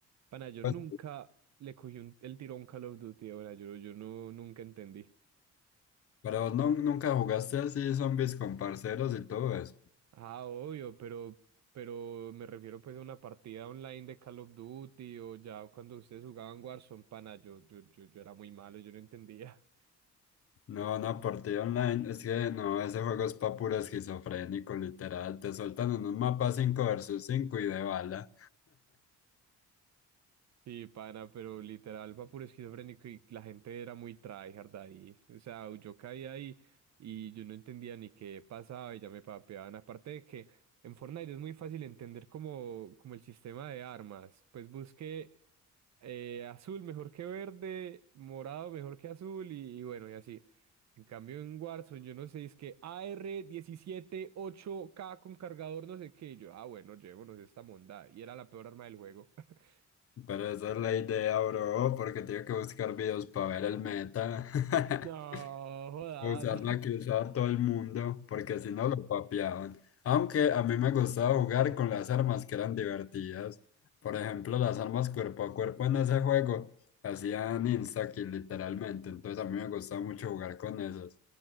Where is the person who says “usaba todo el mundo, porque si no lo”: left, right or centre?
Left